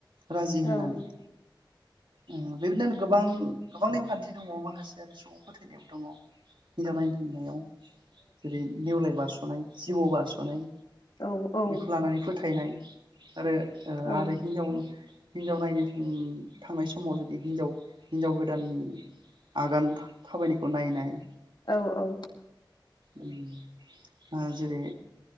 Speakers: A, on the right; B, on the left.
A: राजि
B: औ
A: होननानै
B: औ
A: ओ बेबायदिनो गोबां-गोबां नेमखान्थि दङ'माखासे आरो सुबुं फोथैनायावबो दङ' हिनजाव नायनो थांनायाव जेरै नेवलाय बारसन स'नाय जिबौ बारस'नाय
B: औ औ
A: बेखौ लानानै फोथायनाय आरो ओ
B: औ
A: आरो हिनजाव हिनजाव नायनो उम थांनाय स समाव जुदि हिनजाव-हिनजाव गोदाननि आगान था थाबायनायखौ नायनाय
B: औ-औ
A: उम आ जेरै